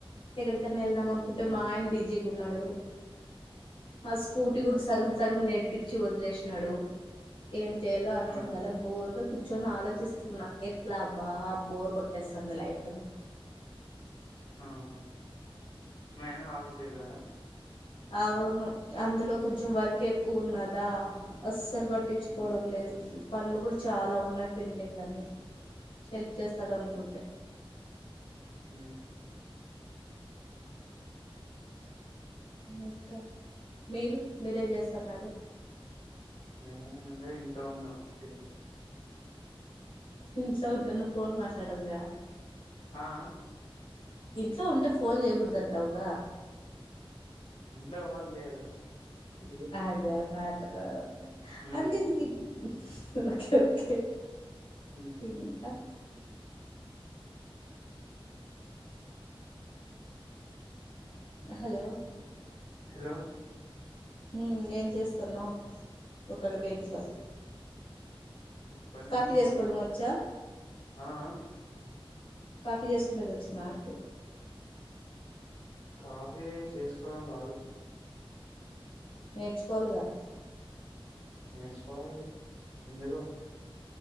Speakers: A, on the left (about 65°); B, on the left (about 85°).
A: ఎక్కడికనా వెళ్దా మన్ కుంటే
B: ఉమ్
A: మా ఆయన బిజీగా ఉన్నాడు ఆ స్కూటీ కూడా సగం
B: ఉమ్
A: సగం నెట్ పిచ్చి వదిలేసినాడు ఏం చేయాలో అర్థం
B: ఉమ్
A: గల ఉరిగా కూర్చొని ఆలోచిస్తున్నా ఎట్లా బా బోర్ కొట్టేస్తుంది లైఫ్ అని
B: అవున ఏనా ఆఫీస్ పోయిరు కదా
A: అవును అందులో కొంచెం వర్క్ ఎక్కువ ఉన్నదా అస్సలు బట్ పట్టించుకోవడం
B: ఉమ్
A: లేదు పనులు కూడా చాలా ఉన్నాయి పెండింగ్ అన్ని హెల్ప్ చేస్తాడు అనుకుంటే
B: ఊ
A: ఇంకా మీరు మీరేం చేస్తున్నారు
B: మేము అండీ ఇంట్లో ఉన్న టీ
A: ఇంట్లో ఉంటున్న ఫోన్ మాట్లాడవుగా
B: ఆ ఆ
A: ఇంట్లో ఉంటే ఫోన్ చేయకూడదంటావుగా
B: ఇంట్లో ఎవరు లేరు అందుకే చేయను.
A: అదే మాటరు
B: ఉమ్
A: అంట ఇదికి ఓకే ఓకే
B: ఉమ్
A: ఇంకా హలో
B: హలో
A: ఊ ఏం చేస్తున్నావు ఒకడివే ఇంట్లో
B: ఒక్కన్నే
A: కాఫీ
B: ఉన్నా
A: చేసుకొడం
B: అందుకే
A: వచ్చా
B: ఆ ఆ
A: కాఫీ చేసుకునేది వచ్చినా అంటి
B: కాఫీ చేసుకోవడం రాదు
A: నేర్చుకోవాలిగా
B: నేర్చుకోవాలి ఎందుకు